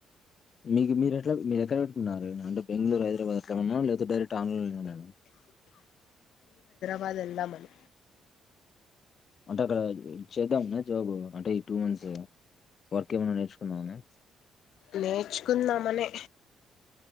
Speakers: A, on the left; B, on the left.
A: మీకు మీరు ఎట్లా మీరు ఎక్కడ పెట్టుకున్నారు అంటే బెంగళూరు హదరాబాద్ ఎట్డ ఉన్నార లేదా డైరెక్ట్ ఆన్లో
B: పద వెళ్దాం మరి
A: అంటే అక్కడ చేద్దాం జాబ్ అంటే ఈ టూ మంత్స్ లొ వర్క్ ఏమైన్నా నేర్చుకున్నాావుని
B: నేర్చుకుందామనే